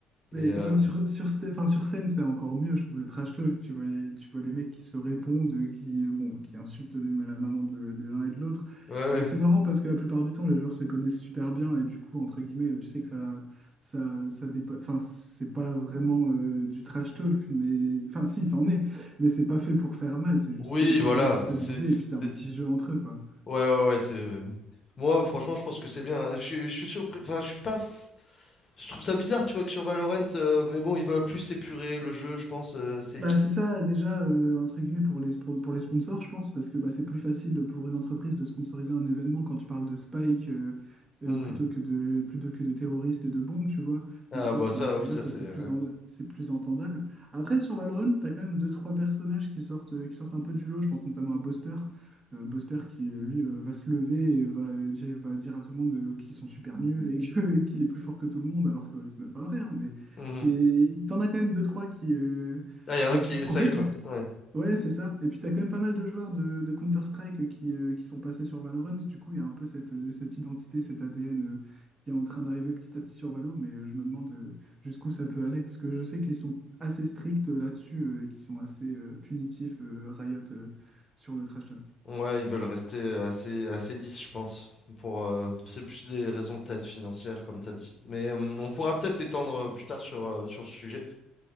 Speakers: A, on the right; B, on the left.
A: Mais
B: Et euh,
A: quand même, sur, sur, sta- enfin, sur scène, c'est encore mieux, je trouve, le trash talk. Tu vois les, tu vois les mecs qui se répondent, euh, qui, euh, bon, qui insultent les- la maman de, de l'un et de l'autre.
B: ouais, ouais.
A: Bah, c'est marrant parce que la plupart du temps, les joueurs se connaissent super bien et du coup, entre guillemets, tu sais que ça, ça, ça dépa- Enfin, c'est pas vraiment euh, du trash talk, mais... Enfin, si, c'en est, mais c'est pas fait pour faire mal, c'est juste
B: Oui,
A: fait, entre
B: voilà.
A: guillemets, pour stabiliser
B: C'est, c'est-
A: et puis c'est un petit jeu entre eux, quoi.
B: Ouais, ouais, ouais. C'est... Moi, franchement, je pense que c'est bien. Je, suis- je suis surpris. Enfin, je suis pas. f- Je trouve ça bizarre, tu vois, que sur Valorant, euh, mais bon, ils veulent plus épurer le jeu, je pense. euh, c'est
A: Bah,
B: qui?
A: c'est ça déjà, euh, entre guillemets, pour les, pour, pour les sponsors, je pense, parce que bah, c'est plus facile pour une entreprise de sponsoriser un événement quand tu parles de Spike euh, euh,
B: Hmm.
A: plutôt que de, plutôt que de terroristes et de bombes, tu vois.
B: Ah
A: Donc je pense
B: bah
A: que
B: ça,
A: déjà,
B: oui, ça
A: ça,
B: c'est.
A: c'est plus,
B: ouais.
A: en- c'est plus entendable. Après, sur Valorant, tu as quand même deux, trois personnages qui sortent, euh, qui sortent un peu du lot. Je pense notamment à Buster. Euh, Buster qui, euh, lui, euh, va se lever et va, euh, dire- va dire à tout le monde euh, qu'ils sont super nuls et que- <laughs> qu'il est plus fort que tout le monde, alors que ouais, c'est même pas vrai, hein, mais
B: Mhm.
A: c'est t'en as quand même deux trois qui, euh,
B: Ah, il y a
A: bah,
B: un qui
A: qui,
B: essaye
A: en fait,
B: quoi.
A: je-
B: Ouais.
A: ouais, c'est ça. Et puis, tu as quand même pas mal de joueurs de, de Counter-Strike qui, euh, qui sont passés sur Valorant. Du coup, il y a un peu cette, euh, cette identité, cet ADN euh, qui est en train d'arriver petit à petit sur Valo. Mais euh, je me demande euh, jusqu'où ça peut aller. Parce que je sais qu'ils sont assez stricts euh, là-dessus euh, et qu'ils sont assez euh, punitifs, euh, Riot, euh, sur le trash talk.
B: Ouais, ils veulent rester euh, assez, assez lisses, je pense. Pour, euh, c'est plus des raisons peut-être financières, comme t'as dit. Mais euh, on pourra peut-être étendre euh, plus tard sur, euh, sur ce sujet.